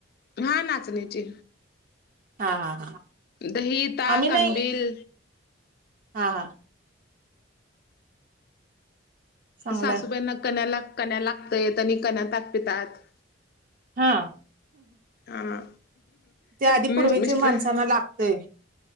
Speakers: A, on the left; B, on the right.
A: हा नाचण्याचे
B: हा हा हा
A: दही ता
B: आम्ही नाही
A: अंबिल
B: हा हा चांगलंय
A: सासूबाईंना कन्याला कण्या लागतय आणि कण्या ताक पितात
B: हा
A: हा
B: ते आधी
A: मिस्
B: पूर्वीच्या
A: मिस्टर
B: माणसांना लागतय